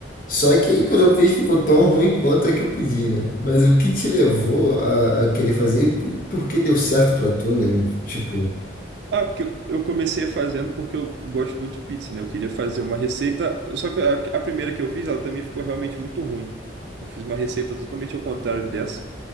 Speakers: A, on the left (about 50°); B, on the right (about 65°).
A: Só que aí quando eu fiz ficou tão ruim quanto é que eu pedi, né? Mas o que te levou a, a querer fazer e por que deu certo pra tu, né? Tipo,
B: Ah, porque eu eu comecei fazendo porque eu gosto muito de pizza, né? Eu queria fazer uma receita. Só que a, a primeira que eu fiz, ela também ficou realmente muito ruim. Eu fiz uma receita totalmente ao contrário dessa.